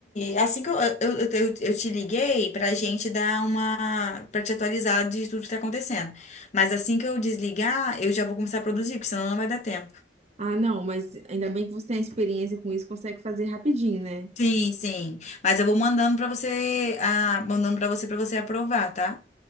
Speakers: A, on the left; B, on the right.
A: assim que eu, eu, eu, eu- eu te liguei pra gente dar uma, pra te atualizar de tudo que tá acontecendo. Mas assim que eu desligar, eu já vou começar a produzir, porque senão não vai dar tempo.
B: Ah, não, mas ainda bem que você tem experiência com isso, consegue fazer rapidinho, né?
A: Sim, sim. Mas eu vou mandando para você, ah, mandando para você para você aprovar, tá?